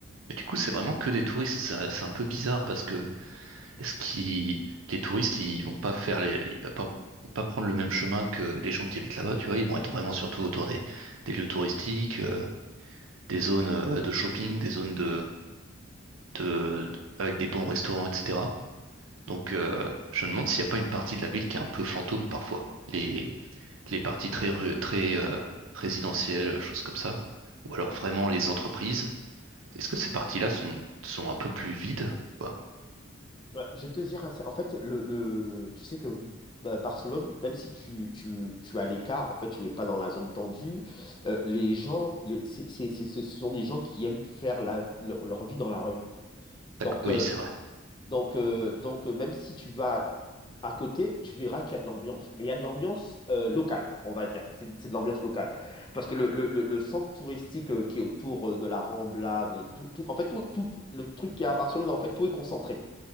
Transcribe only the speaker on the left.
Ouais, je vais te dire, assez- en fait, le, le- tu sais que bah, Barcelone, même si tu, tu, tu as l'écart, en fait, tu n'es pas dans la zone tendue, euh, les gens, les, c'est, c'est- c'est- ce ce sont des gens qui aiment faire la- leur, leur vie dans la rue.
Donc,
euh,
donc, euh, donc euh, même si tu vas à côté, tu verras qu'il y a de l'ambiance. Mais il y a de l'ambiance euh, locale, on va dire. C'est c'est de l'ambiance locale. Parce que le, le- le- le centre touristique euh, qui est autour euh, de la Rambla, de tout, tout- en fait, tout, tout le truc qui est à Barcelone, en fait, tout est concentré.